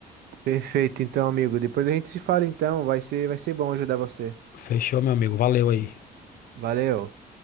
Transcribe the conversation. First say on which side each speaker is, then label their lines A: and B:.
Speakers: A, on the right (about 70°); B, on the left (about 60°).
A: perfeito, então, amigo, depois a gente se fala, então, vai ser, vai ser bom ajudar você.
B: Fechou, meu amigo. Valeu aí.
A: Valeu.